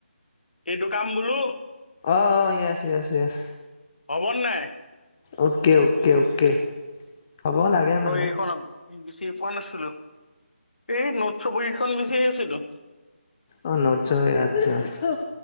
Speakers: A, on the left; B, on the left.
A: এইটো কাম বোলো
B: অ অ য়েছ য়েছ য়েছ
A: হ'ব নাই
B: অকে অকে অকে হ'ব লাগে মানে
A: তই এইখন বিচাৰিয়ে পোৱা নাছিলো এই নোটচ বহীখন বিচাৰি আছিলো
B: অ নোটছৰ বহী আচ্ছা